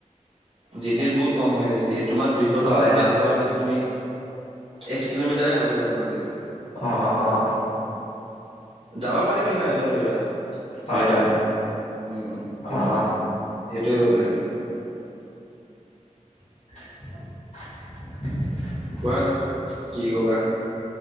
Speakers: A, on the right (about 45°); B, on the left (about 70°).
A: জিটিৰ বহুত কম মাইলেজ দিয়ে তোমাৰ দুইশ
B: হয়
A: টকা তেল
B: হয়
A: ভৰালে তুমি। এক কিলোমিটাৰে ভালকৈ যাব নোৱাৰিবা।
B: অ অ।
A: যাবা পাৰিবা কিন আহিব নোৱাৰিবা
B: হয়
A: ৰিটাৰ্ণ
B: হয়
A: উম। সেইটোৱে
B: অ
A: প্ৰব্লেম।
B: <unintelligible>
A: কোৱা আৰু কি ক'বা।